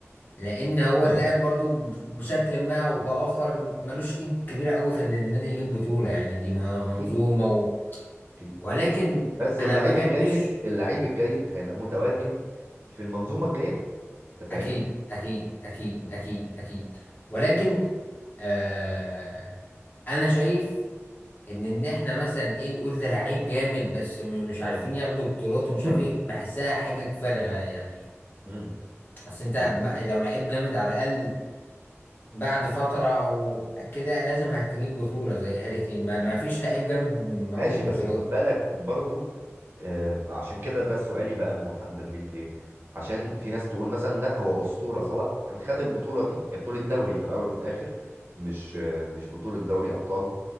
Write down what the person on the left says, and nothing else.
لان هو
اللاعب برضو بشكل ما او باخر ملوش ايد كبيرة قوي في ان النادي يجيب بطولة يعني دي ما- منظومة
و...
ولكن
انا
ما بحبش
اكيد اكيد اكيد
اكيد اكيد ولكن آه انا شايف ان ان احنا مثلا ايه نقول ده لعيب جامد بس م- مش عارفين
ياخدوا بطولات ومش
عارفين إيه، بحسها حاجة فارغة يعني
بس انت
م- لو لعيب جامد على الاقل بعد فترة او كده لازم هتجيب بطولة زي هاري كين ما,
ما فيش لعيب جامد معهوش
بطولات